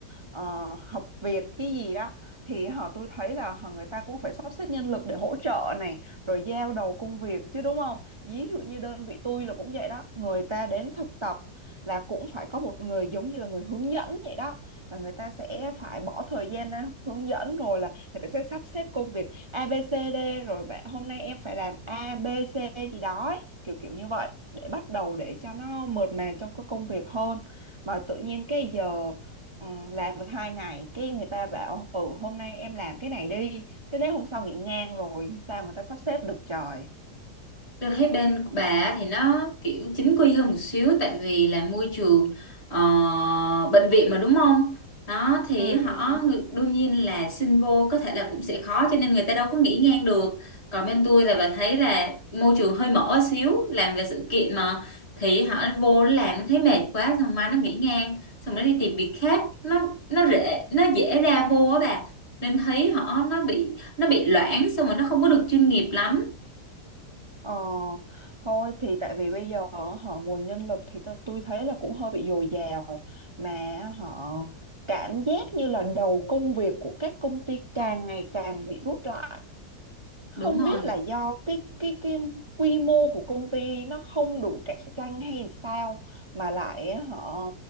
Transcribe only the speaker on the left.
Tôi thấy bên của bà thì nó kiểu chính quy hơn một xíu tại vì là môi trường ờ, bệnh viện mà đúng không? Đó thì
họ ngự- đương nhiên là xin vô có thể là cũng sẽ khó cho nên người ta đâu có nghĩ ngang được. Còn bên tôi là bà thấy là môi trường hơi mở xíu, làm về sự kiện mà thì họ vô nó làm nó thấy mệt quá xong mai nó nghĩ ngang, xong nó đi tìm việc khác, nó nó dễ nó dễ ra vô á bà. Nên thấy họ nó bị nó bị loãng xong rồi nó không có được chuyên nghiệp lắm.
Đúng rồi.